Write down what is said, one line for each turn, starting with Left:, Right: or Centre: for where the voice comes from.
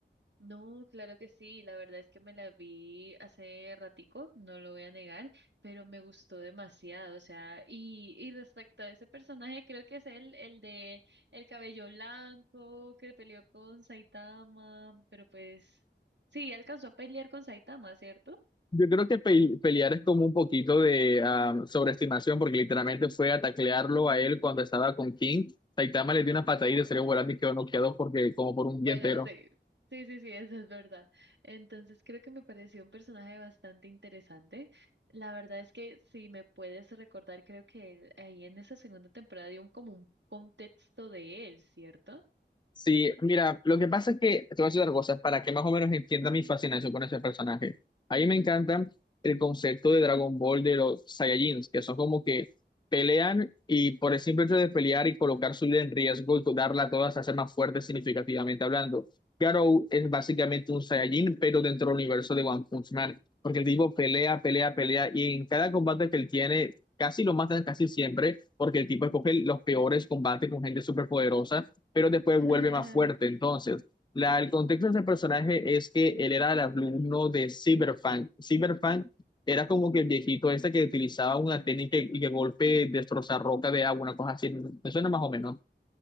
Right: No, claro que sí. La verdad es que me la vi hace ratico, no lo voy a negar, pero me gustó demasiado. O sea, y, y respecto a ese personaje, creo que es el, el de el cabello blanco que peleó con Saitama, pero pues sí, alcanzó a pelear con Saitama, ¿cierto?
Left: Yo creo que pe- pelear es como un poquito de ah, sobreestimación, porque literalmente fue a taclearlo a él cuando estaba con King. Saitama le dio una patadita y salió volando y quedó noqueado porque, como por un día
Right: Bueno,
Left: entero.
Right: sí, sí, sí, sí, eso es verdad. Entonces creo que me pareció un personaje bastante interesante. La verdad es que si me puedes recordar, creo que él, ahí en esa segunda temporada dio un- como un contexto de él, ¿cierto?
Left: Sí, mira, lo que pasa es que, te voy a decir otra cosa, para que más o menos entienda mi fascinación con ese personaje. A mí me encanta el concepto de Dragon Ball de los Saiyajins, que son como que pelean y por el simple hecho de pelear y colocar su vida en riesgo y darla a todas, hacer más fuerte significativamente hablando. Garou es básicamente un Saiyajin, pero dentro del universo de One Punch Man, porque el tipo pelea, pelea, pelea, y en cada combate que él tiene, casi lo matan casi siempre, porque el tipo escoge los peores combates con gente superpoderosa pero después
Right: <laughs>
Left: vuelve más fuerte. Entonces, la, el contexto de ese personaje es que él era el alumno de Cyberpunk. Cyberpunk era como que el viejito este que utilizaba una técnica y que golpe destrozar roca de agua, una cosa así. Me suena más o menos.